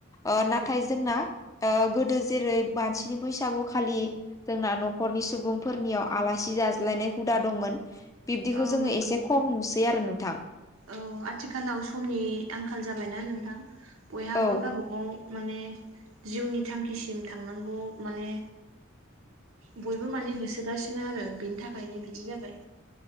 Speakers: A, on the left; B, on the right.
A: ओ
B: औ
A: नाथाय जोंना ओ गोदो जेरै मानसिनि बैसागु खालि जोंना न'खरनि सुबुंफोरनियाव आलासि जाज्लायनाय हुदा दंमोन बिब्दिखौ
B: औ
A: जोङो
B: नंगौ
A: एसे खम नुसै आरो नोंथां
B: औ आथिखालाव समनि आंखाल जाबायना नोंथां बयहाबो
A: औ
B: गाबागाव माने जिउनि थांखिसिम थांनांगौ माने बयबो माने होसोगासिनो आरो बिनि थाखायनो बिदि जाबाय